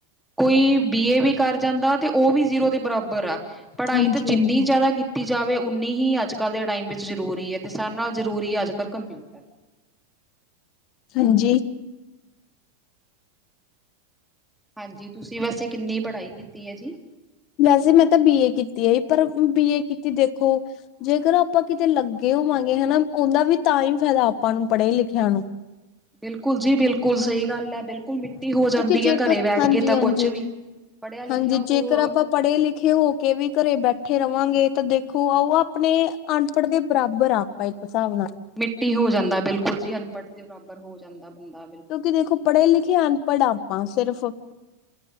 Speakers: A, in the centre; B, on the left.
A: ਕੋਈ ਬੀ ਏ ਵੀ ਕਰ ਜਾਂਦਾ ਤੇ ਉਹ ਵੀ ਜ਼ੀਰੋ ਦੇ ਬਰਾਬਰ ਆ ਪੜ੍ਹਾਈ
B: ਹਾਂਜੀ
A: ਤਾਂ ਜਿੰਨੀ
B: ਹਾਂਜੀ
A: ਜ਼ਿਆਦਾ। ਕੀਤੀ ਜਾਵੇਂ ਉਨੀਂ ਹੀ ਅੱਜ ਕੱਲ੍ਹ ਦੇ ਟਾਈਮ ਵਿੱਚ ਜ਼ਰੂਰੀ ਹੈ ਅਤੇ ਸਾਰਿਆਂ ਨਾਲ ਜ਼ਰੂਰੀ ਅੱਜ ਕੱਲ੍ਹ ਕੰਪਿਊਟਰ।
B: ਹਾਂਜੀ
A: ਹਾਂਜੀ, ਤੁਸੀਂ ਵੈਸੇ ਕਿੰਨੀ ਪੜ੍ਹਾਈ ਕੀਤੀ ਹੈ, ਜੀ।
B: ਵੈਸੇ ਮੈਂ ਤਾਂ ਬੀ ਏ ਕੀਤੀ ਹੈ, ਪਰ ਬੀ ਏ ਕੀਤੀ ਦੇਖੋ। ਜੇ ਕਰ ਆਪਾਂ ਕਿਤੇ ਲੱਗੇ ਹੋਵਾਂਗੇ ਹਨਾ, ਉਹਦਾ ਵੀ ਤਾਂ ਹੀ ਫਾਇਦਾ ਆਪਾਂ ਨੂੰ ਪੜ੍ਹੇ ਲਿਖਿਆ ਨੂੰ।
A: ਬਿਲਕੁਲ ਜੀ ਬਿਲਕੁਲ, ਸਹੀ ਗੱਲ ਹੈ, ਬਿਲਕੁਲ ਮਿੱਟੀ ਹੋ
B: ਕਿਉਂਕਿ
A: ਜਾਂਦੀ ਹੈ,
B: ਜੇਕਰ
A: ਘਰੇ ਬੈਠ
B: ਹਾਂਜੀ
A: ਕੇ ਤਾਂ
B: ਹਾਂਜੀ
A: ਕੁਛ ਵੀ। ਪੜ੍ਹਿਆ ਲਿਖਿਆ
B: ਹਾਂਜੀ
A: ਉਹ
B: ਜੇਕਰ ਆਪਾਂ ਪੜ੍ਹੇ ਲਿਖੇ
A: ਹਾਂਜੀ ਮਿ
B: ਹੋ ਕੇ ਕੇ ਵੀ ਘਰੇ ਬੈਠੇ ਰਵਾਂਗੇ ਤਾਂ ਦੇਖੋ ਆਓ ਆਪਣੇ ਅਨਪੜ੍ਹ ਦੇ ਬਰਾਬਰ ਆ ਆਪਾਂ ਇੱਕ ਹਿਸਾਬ ਨਾਲ
A: ਮਿੱਟੀ ਹੋ ਜਾਂਦਾ ਬਿਲਕੁਲ ਜੀ ਅਨਪੜ੍ਹ ਦੇ ਬਰਾਬਰ ਹੋ ਜਾਂਦਾ ਬੰਦਾ ਬਿਲਕੁਲ
B: ਕਿਉਂਕਿ ਦੇਖੋ ਪੜ੍ਹੇ ਲਿਖੇ ਅਨਪੜ੍ਹ ਆਪਾਂ ਸਿਰਫ